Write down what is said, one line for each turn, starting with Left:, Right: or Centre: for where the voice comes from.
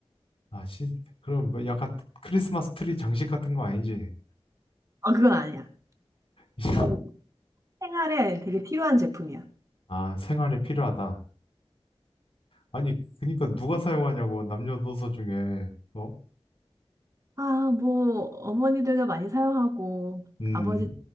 Left: 아, 시, 그럼 뭐 약간 크리스마스 트리 장식 같은 거 아니지?
Right: 어, 그건 아니야.
Left: <laughs>
Right: 이건 생활에 되게 필요한 제품이야.
Left: 아, 생활에 필요하다. 아니, 그니까 누가 사용하냐고, 남녀노소 중에, 어?
Right: 아, 뭐, 어머니들도 많이 사용하고,
Left: 음,
Right: 아버지도